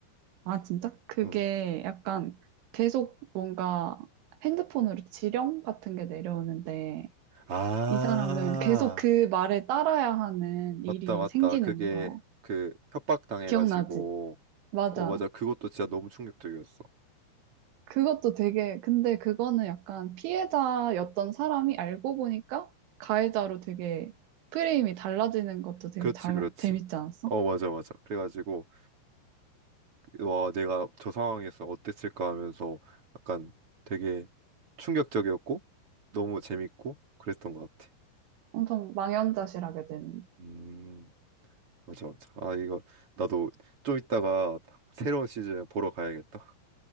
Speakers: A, on the right; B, on the right.
A: 아, 진짜? 그게
B: 음.
A: 약간 계속 뭔가 핸드폰으로 지령 같은 게 내려오는데
B: 아,
A: 이 사람은 계속 그 말에 따라야 하는
B: 맞다,
A: 일이
B: 맞다.
A: 생기는
B: 그게
A: 거.
B: 그 협박 당해가지고
A: 기억나지? 맞아.
B: 어, 맞아. 그것도 진짜 너무 충격적이었어.
A: 그것도 되게, 근데 그거는 약간 피해자였던 사람이 알고 보니까 가해자로 되게 프레임이 달라지는 것도 되게
B: 그렇지,
A: 잘,
B: 그렇지.
A: 재밌지 않았어?
B: 어, 맞아, 맞아. 그래가지고, 와, 내가 저 상황에서 어땠을까 하면서 약간 되게 충격적이었고, 너무 재밌고, 그랬던 것 같아.
A: 엄청 망연자실하게 되는.
B: 음, 맞아, 맞아. 아, 이거, 나도 좀 이따가 새로운 시즌 보러 가야겠다.